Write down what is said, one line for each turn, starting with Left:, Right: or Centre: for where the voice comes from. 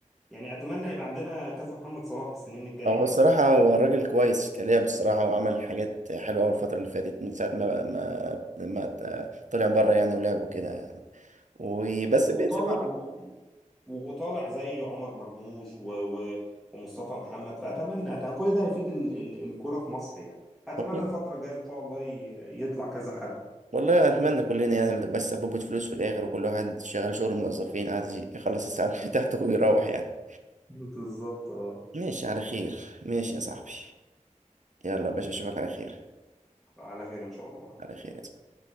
Centre: يعني اتمنى يبقى عندنا كذا محمد صلاح السنين الجاية
Right: هو
Centre: يعني
Right: الصراحة هو الراجل كويس كلاعب الصراحة وعمل حاجات حلوة أوي الفترة اللي فاتت من ساعة ما ما ما ت- طلع بره يعني ولعب وكده يعني. وبس
Centre: بالظبط وطالع
Right: بينزل برضه
Centre: و... و- وطالع زي عمر مرموش و و ومصطفى محمد فاتمنى أت- كل ده هيفيد ال- ال- الكرة في مصر يعني اتمنى
Right: والله
Centre: الفترة الجاية ان شاء الله ي- يطلع كذا حد
Right: والله أتمنى كلنا يعني ما تبقاش سببة فلوس في الآخر وكل واحد شغال شغل الموظفين عايز يخلص الساعات <laughs> بتاعته ويروح يعني
Centre: بالظبط اه
Right: ماشي على خير ماشي يا صاحبي يلا يا باشا أشوفك على خير
Centre: على خير ان شاء الله
Right: على خير يا صاحبي.